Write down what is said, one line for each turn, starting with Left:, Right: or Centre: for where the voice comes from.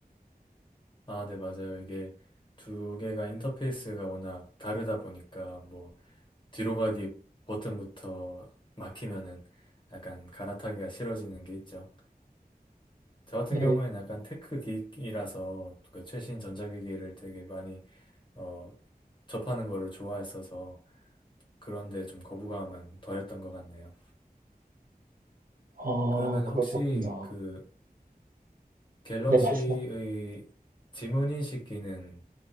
Left: 아, 네, 맞아요. 이게 두 개가 인터페이스가 워낙 다르다 보니까 뭐 뒤로 가기 버튼부터 막히면은 약간 갈아타기가 싫어지는 게 있죠. 저 같은
Right: 네,
Left: 경우에는 약간 테크 기기라서 그 최신 전자기기를 되게 많이 어, 접하는 거를 좋아했어서 그런데 좀 거부감은 덜했던 것 같네요.
Right: 아,
Left: 그러면
Right: 그러셨구나.
Left: 혹시 그 갤럭시의
Right: 네, 말씀,
Left: 지문인식 기능은